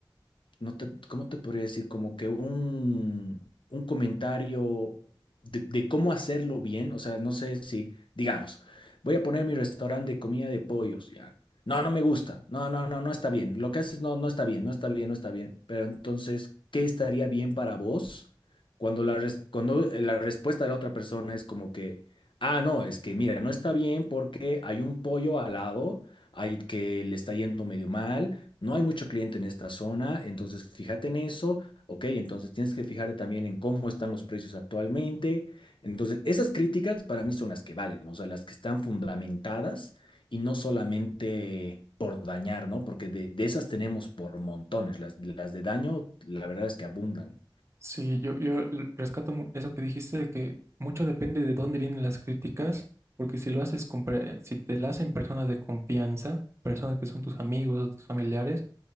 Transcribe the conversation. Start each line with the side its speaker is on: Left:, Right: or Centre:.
Left: no te, ¿cómo te podría decir? Como que un, un comentario de, de cómo hacerlo bien. O sea, no sé si, digamos, voy a poner mi restaurante de comida de pollos, ya. No, no me gusta. No, no, no, no está bien. Lo que haces no, no está bien, no está bien, no está bien. Pero entonces, ¿qué estaría bien para vos cuando la, res- cuando eh, la respuesta de la otra persona es como que, ah, no, es que mira, no está bien porque hay un pollo al lado, hay que le está yendo medio mal no hay mucho cliente en esta zona, entonces fíjate en eso, ok, entonces tienes que fijarte también en cómo están los precios actualmente. Entonces, esas críticas para mí son las que valen, ¿no? O sea, las que están fundamentadas y no solamente por dañar, ¿no? Porque de, de esas tenemos por montones, las, las de daño, la verdad es que abundan.
Right: Sí, yo, yo rescato mu- eso que dijiste de que mucho depende de dónde vienen las críticas, porque si lo haces con pre- si te la hacen personas de confianza, personas que son tus amigos o tus familiares,